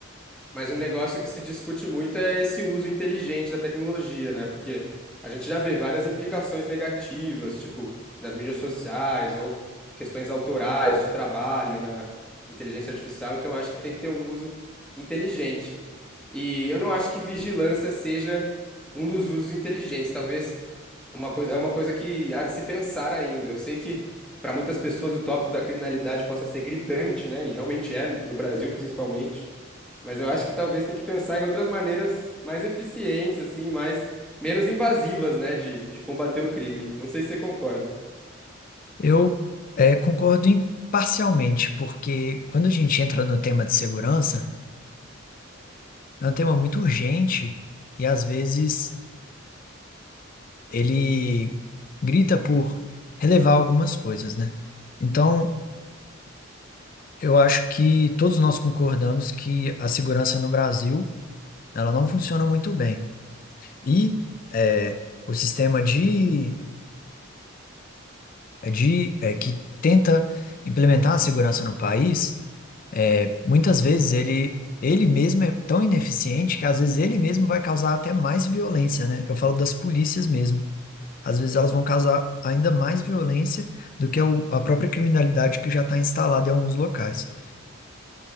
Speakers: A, in the centre; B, on the left (about 40°).
A: Mas um negócio que se discute muito é esse uso inteligente da tecnologia, né? Porque a gente já vê várias implicações negativas, tipo, das mídias sociais ou questões autorais de trabalho na inteligência artificial. Então, acho que tem que ter um uso inteligente. E eu não acho que vigilância seja um dos usos inteligentes. Talvez uma coisa, é uma coisa que há de se pensar ainda. Eu sei que para muitas pessoas o tópico da criminalidade possa ser gritante, né? E realmente é, no Brasil principalmente. Mas eu acho que talvez tem que pensar em outras maneiras mais eficientes, assim, mais menos invasivas, né, de, de combater o crime. Não sei se você concorda.
B: Eu eh, concordo em- parcialmente, porque quando a gente entra no tema de segurança, é um tema muito urgente e às vezes ele grita por relevar algumas coisas, né? Então, eu acho que todos nós concordamos que a segurança no Brasil, ela não funciona muito bem. E eh, o sistema de, é, de eh, que tenta implementar a segurança no país É, Muitas vezes ele, ele mesmo é tão ineficiente que às vezes ele mesmo vai causar até mais violência, né? Eu falo das polícias mesmo. Às vezes elas vão causar ainda mais violência do que o- a própria criminalidade que já está instalada em alguns locais.